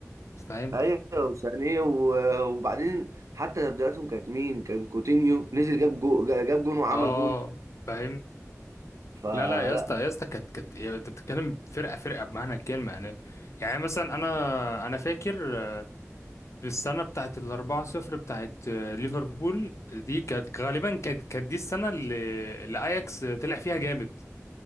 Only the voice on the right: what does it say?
ايوه وسانيه و- وبعدين حتى تبديلاتهم كانت مين كان كوتينيو نزل جاب جو جاب جون وعمل
جون
فلا